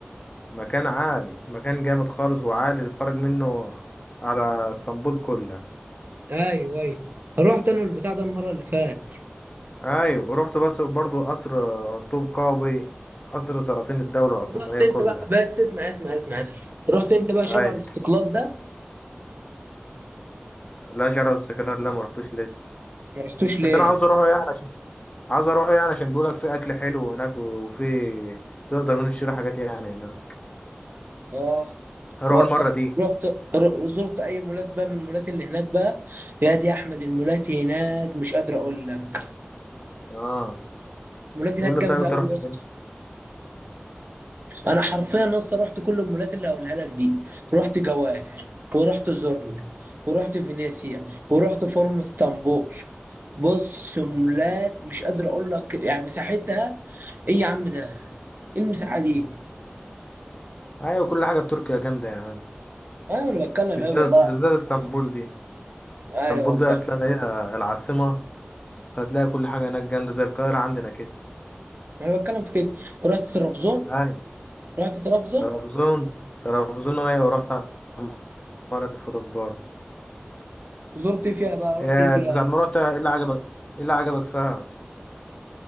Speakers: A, on the left (about 30°); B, on the right (about 50°).
A: مكان عالي مكان جامد خالص وعالي تتفرج منه على اسطنبول كلها
B: ايوه ايوه رحت انا البتاع ده المره اللي فاتت
A: أيوة ورحت بس برضو قصر طوب قابي قصر سلاطين الدولة العثمانية
B: رحت انت
A: كلها
B: بقى بس اسمع اسمع اسمع اسمع رحت انت بقى
A: أيوة
B: شارع الاستقلال ده
A: لا شرع الاستقلال لا مرحتوش لسه
B: ما رحتوش ليه
A: بس انا عاوز اروحه يعني عشان عاوز اروحه يعني عشان بيقولك في اكل حلو هناك وفي تقدر من تشتري حاجات يعني هناك
B: اه
A: هروح
B: و- طب
A: المره دي
B: رحت ر- زرت اي مولات بقى من المولات اللي هناك بقى يا دي يا احمد المولات هناك مش قادر اقول لك
A: اه
B: المولات هناك
A: قول له
B: جامده
A: طيب انت
B: قوي
A: رحت
B: يا اسطى
A: فين
B: انا حرفيا لسه رحت كل المولات اللي هقولها لك دي رحت جواهر ورحت زورل ورحت فينيسيا ورحت فورم اسطنبول بص مولات
A: ايوه
B: مش قادر اقول لك يعني مساحتها ايه يا عم ده ايه المساحه دي
A: أيوة، كل حاجه في تركيا جامده يا عم
B: ايوه انا بتكلم
A: بالذات
B: ايه والله العظيم.
A: بالذات اسطنبول دي
B: ايوه
A: اسطنبول
B: والله
A: دي اصلا هي العاصمه هتلاقي كل حاجه هناك جامده زي القاهره عندنا كده
B: انا بتكلم في كده رحت طرابزون
A: ايوه
B: رحت طرابزون
A: طرابزون طرابزون ايوه رحت المره اللي فاتت برضه
B: زرت إيه فيها بقى رحت
A: إيه،
B: إيه فيها
A: انت ساعة ما رحت ايه اللي عجبك ايه اللي عجبك فيها